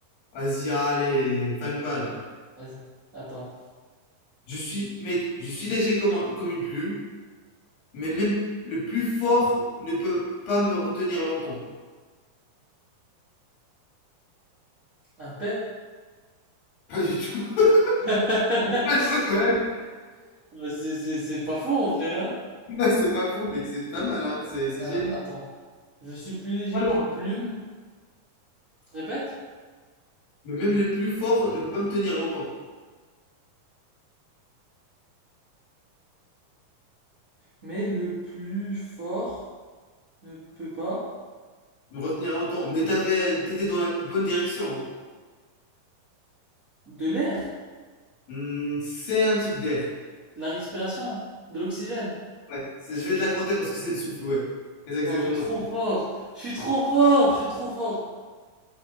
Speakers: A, on the left; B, on the right.
A: Vas-y, allez, fan pas là.
B: Vas-y, attends.
A: Je suis, mec, je suis léger comme, un- comme une plume, mais même le plus fort ne peut pas me retenir longtemps.
B: Un P?
A: <laughs> Pas du tout. <laughs>
B: <laughs>
A: Moi, quand même.
B: Euh, C'est c'est- c'est pas faux en vrai, hein?
A: <laughs> C'est pas fou, mec, c'est pas mal, hein. C'est c'est
B: Alors,
A: génie.
B: attends. Je suis plus léger
A: Pas loin.
B: qu'une plume. Répète.
A: Mais même le plus fort ne peut pas me tenir longtemps.
B: Mais le plus fort ne peut pas.
A: me retenir longtemps, mais t'avais, t'étais dans la bonne direction. hein.
B: De l'air,
A: Hmm, c'est un type d'air.
B: de la respiration, de l'oxygène.
A: Ouais, c'est- je vais te la compter parce que c'est le souffle, ouais. C'est exactement
B: Bon, je suis trop
A: ça.
B: fort. Je suis trop fort. Je suis trop fort.